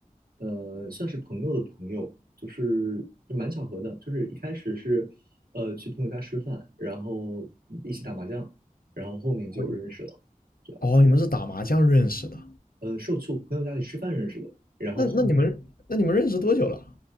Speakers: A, on the right; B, on the left.
A: 呃，算是朋友的朋友，就是就蛮巧合的，就是一开始是，呃，去朋友家吃饭，然后一起打麻将，然后后面就认识了，
B: 你
A: 这样子，
B: 哦你们是打麻将认识的？
A: 呃，是我去我朋友家里吃饭认识的，然后后面
B: 那那你们那你们认识多久了？